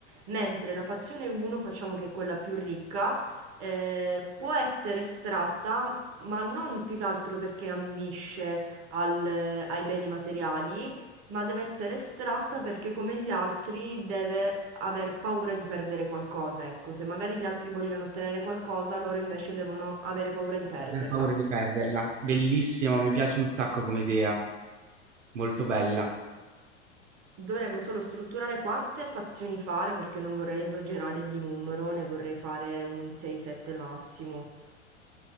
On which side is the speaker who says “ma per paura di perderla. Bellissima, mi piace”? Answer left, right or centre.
Right